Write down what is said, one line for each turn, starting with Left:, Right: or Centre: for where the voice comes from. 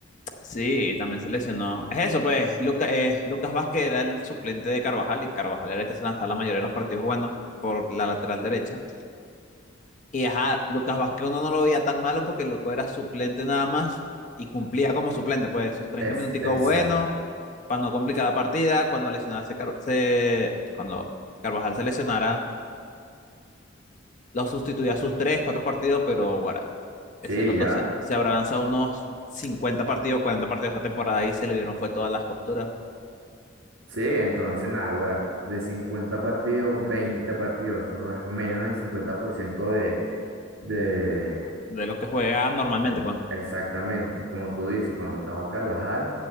Left: Sí, también se lesionó. Es eso, pues, Luca- eh, Lucas Vázquez era el suplente de Carvajal y Carvajal era el que se lanzaba la mayoría de los partidos buenos por la lateral derecha. Y ajá, Lucas Vázquez uno no lo veía tan malo porque el loco era suplente nada más y cumplía como suplente, pues, sus 30
Right: es
Left: minuticos
Right: esa,
Left: buenos para no complicar la partida. Cuando lesionaba se, Car- se- cuando Carvajal se lesionara, lo sustituía a sus 3 4 partidos, pero guarda, ese
Right: sí,
Left: loco
Right: ya,
Left: se, se habrá lanzado unos 50 partidos, 40 partidos esta temporada y se le vieron fue todas las costuras.
Right: sí, entonces nada, ahora de 50 partidos, 20 partidos, eso es menos del 50% de, de,
Left: de lo que juega normalmente,
Right: De-
Left: pues.
Right: Exactamente, como tú dices, cuando estaba Carvajal,